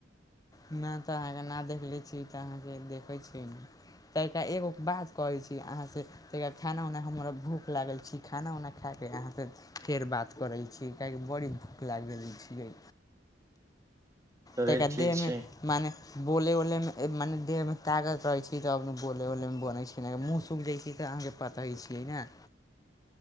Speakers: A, on the left; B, on the right.
A: नहि तऽ अहाँकेँ ना देख ले छीय तऽ अहाँकेँ देखै छियै। तऽ एगो बात कहै छी अहाँसँ तऽ खाना उना हमरा भूख लागल छी खाना उना खके अहाँसँ फेर बात करै छी, कियाकि बड़ी भूख लागि रहल छियै।
B: चलै
A: तऽ कदे
B: ठीक
A: दहमे
B: छै
A: मने बोलै उलैमे मने देहमे तागत रहै छै। तब आप बोलै उलैमे बोलै छै। केना मुँह सुखि जाइ छै, तऽ अहाँकेँ पतै छियै ने